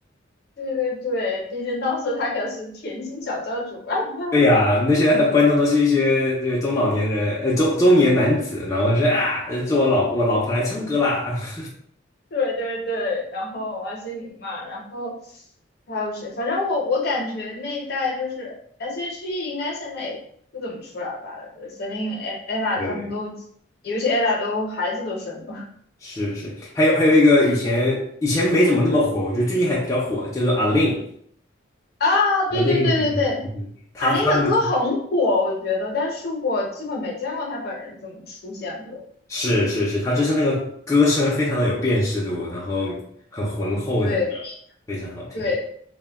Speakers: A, on the left; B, on the left.
A: 对对对，毕竟当时他可是甜心小教主啊。<laughs>
B: 对呀、那些观众都是一些这个中老年人，呃，中中年男子，然后说啊，做我老我老婆来唱歌啦。<laughs>
A: 对对对，然后王心凌嘛，然后还有谁？反正我我感觉那一代就是 S.H.E 应该现在也不怎么出来了吧？Selin、e ella
B: 对，
A: 他们都，尤其 ella 都孩子都生了
B: 是是，还有还有一个以前以前没怎么那么火，我觉得最近还比较火，叫做阿令。
A: <laughs> 啊！对对对对对，
B: 阿令，他他那个
A: 阿令的歌很火，我觉得，但是我基本没见过她本人怎么出现过。
B: 是是是，他就是那个歌声非常的有辨识度，然后很浑厚那样，
A: 对
B: 非常好听。
A: 对。